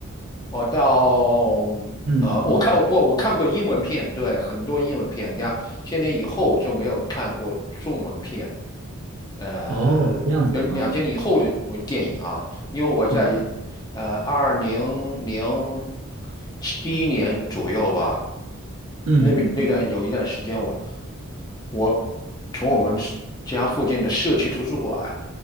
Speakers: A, on the left; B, on the right.
A: 我到
B: 嗯嗯嗯。
A: 呃我看我不我看过英文片，对，很多英文片，你看。千年以后就没有看过中文片，呃，
B: 哦，这样子啊，
A: 有两千年以后的电影啊，因为我在
B: 嗯
A: 呃二零零七年左右吧，
B: 嗯嗯嗯
A: 那边那段有一段时间我我从我们是家附近的社区图书馆